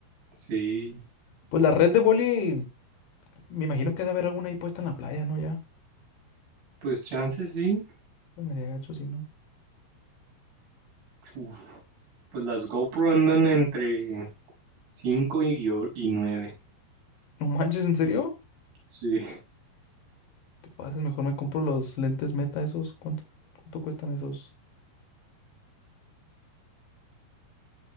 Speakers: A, on the right; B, on the left.
A: sí,
B: Pues la red de voleibol, me imagino que debe haber alguna ahí puesta en la playa, ¿no? Ya.
A: pues chance sí.
B: Se me haría gacho si no.
A: Uf, pues las GoPro andan entre 5 y, yo- y 9.
B: No manches, ¿en serio?
A: Sí,
B: Te pases, mejor me compro los lentes Meta esos. ¿Cuánto, cuánto cuestan esos?